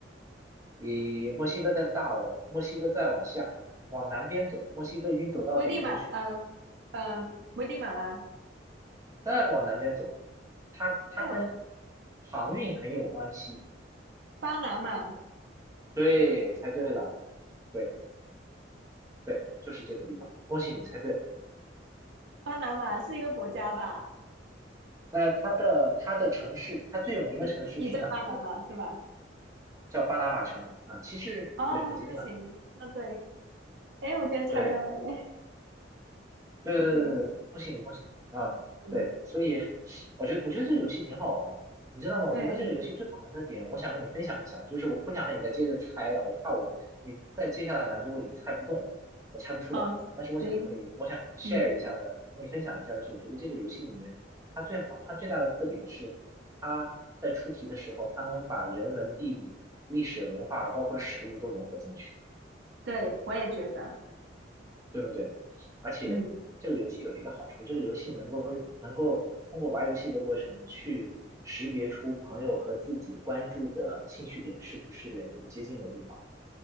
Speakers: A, on the right; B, on the right.
A: 比墨西哥再大了，墨西哥再往下往南边走，墨西哥已经走到北边去，
B: 危地马，嗯、嗯、危地马拉，
A: 再往南边走，它它跟
B: 哎呦，
A: 航运很有关系。
B: 巴拿马，
A: 对，猜对了，对。对，就是这个地方。恭喜你猜对了。
B: 巴拿马是一个国家吧？
A: 那它的它的城市，它最有名的城市是哪一个？
B: 也也叫巴拿马是吧？
A: 叫巴拿马城啊，其实对，
B: 哦，
A: 很接近了。
B: 那行，那对，哎，我居然猜到了耶！
A: 对，对对对对对恭喜你，
B: 嗯
A: 恭喜你啊！
B: 嗯，
A: 对，所以我觉得我觉得这个游戏挺好玩的，你知道吗？我觉得这个游戏最好玩的点，
B: 对，
A: 我想跟你分享一下，就是我不想和你再接着猜了，我怕我你再接下来的难度我已经猜不动了，我猜不出来了。
B: 哦，
A: 但是我想和你，
B: 行，
A: 我想和你 share
B: 嗯，
A: 一下的，和你分享一下的是，我觉得这个游戏里面它最好，它最大的特点是在出题的时候，它能把人文、地理、历史文化，包括食物都融合进去，
B: 对，我也觉得，
A: 对不对？而且这个游戏有一个好处，
B: 嗯，
A: 这个游戏能够能够通过玩游戏的过程去识别出朋友和自己关注的兴趣点是不是有接近的地方。